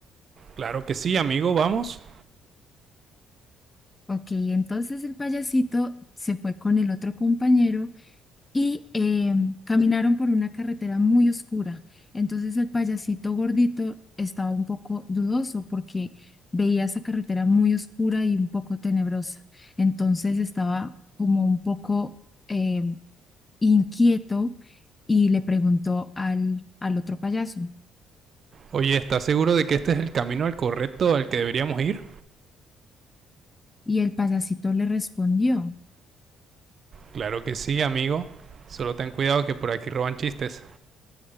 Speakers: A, on the right; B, on the left.
A: Claro que sí, amigo, vamos.
B: Ok, entonces el payasito se fue con el otro compañero y eh, caminaron por una carretera muy oscura. Entonces el payasito gordito estaba un poco dudoso porque veía esa carretera muy oscura y un poco tenebrosa. Entonces estaba como un poco eh, inquieto y le preguntó al, al otro payaso.
A: Oye, ¿estás seguro de que este es el camino al correcto al que deberíamos ir?
B: Y el payasito le respondió.
A: Claro que sí, amigo. Solo ten cuidado que por aquí roban chistes.